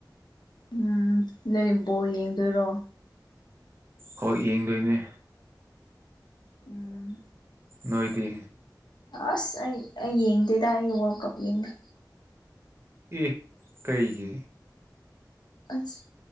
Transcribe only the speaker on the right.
ꯍꯣꯏ ꯌꯦꯡꯗꯣꯏꯅꯦ
ꯅꯣꯏꯗꯤ
ꯑꯦ ꯀꯩꯒꯤ